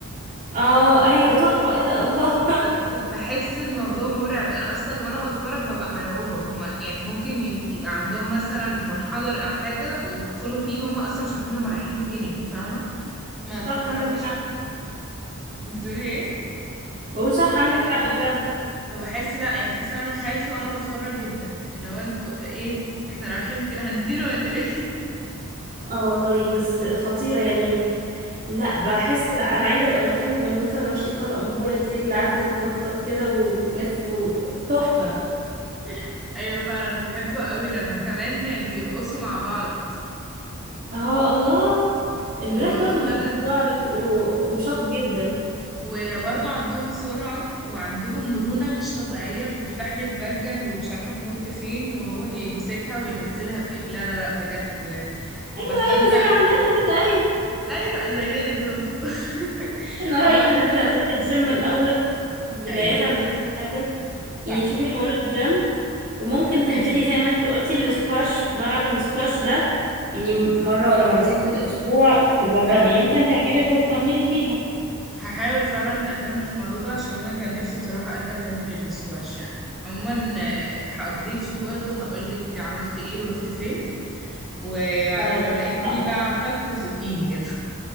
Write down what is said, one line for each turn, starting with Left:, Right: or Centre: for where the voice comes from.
Right: اه ايوه تحفه ايه ده الله
Centre: بس
Right: <laughs>
Centre: بحس الموضوع مرعب انا اصلا وانا بتفرج ببقى مرعوبة هما يعني ممكن يم- يبقى عندهم مثلا منحدر او حاجة ويدخلوا فيه هما اصلا مش عارفين هما رايحين فين انت فاهمة ما ت-
Right: صح
Centre: ما تعرفيش
Right: عندك حق
Centre: بقى بتقولي ايه
Right: بقول صح عندك حق فعلا
Centre: فبحس لا يعني بحس ان انا خايفة وانا بتفرج جدا اللي هو انتوا ايه احنا رايحين في هنطير ولا ايه
Right: اه والله بس خطيرة يعني لا بحس لا انا عايزة ابقى مكان البنوتة الرشيقة الأمورة دي اللي عارفة تتنطط كده وتلف و- تحفة
Centre: <laughs> ايوه فعلا بحبه قوي لما كمان بيرقصوا مع بعض
Right: اه الله الولاد
Centre: الموضوع
Right: برضو بيبقوا
Centre: فعلا
Right: بتوع بيبقوا رشاق جدا ايوه
Centre: وبرضه عندهم سرعة وعندهم مرونة مش طبيعية بتفتح لك برجل ومش عارفة تنط فين وهو يمسكها وينزلها فين لا لا لا بجد
Right: ايوه
Centre: بستمتع
Right: زي
Centre: قوي
Right: عندنا
Centre: برضه
Right: كده ايوه
Centre: ايوه زينا كده بالظبط <laughs>
Right: انا
Centre: عموما
Right: رأيي احنا
Centre: في
Right: نبدأ نروح الجيم الأول بداية
Centre: ايوه
Right: لكل حاجة
Centre: صح
Right: يعني شوفي حوار الجيم وممكن
Centre: ماشي
Right: تنزلي زي ما انتي قلتي الاسكواش ملعب الاسكواش ده يعني مرة ولا مرتين في الأسبوع تجربي
Centre: فعلا
Right: يمكن تعجبك وتكملي فيها
Centre: هحاول فعلا اكمل في الموضوع ده عشان انا كان نفسي بصراحة ارجع تاني للسكواش يعني عموما آه، هابديت يو برضه هقولك عملت ايه ورحت فين ولو
Right: خلاص اتفقنا
Centre: لقيتيني بقى عطلت زقيني كده